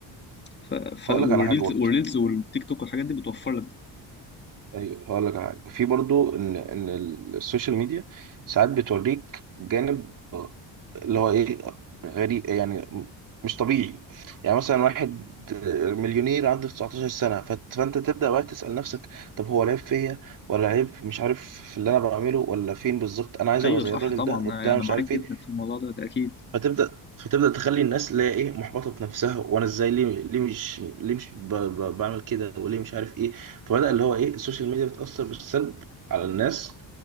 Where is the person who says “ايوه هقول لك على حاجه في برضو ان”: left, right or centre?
Right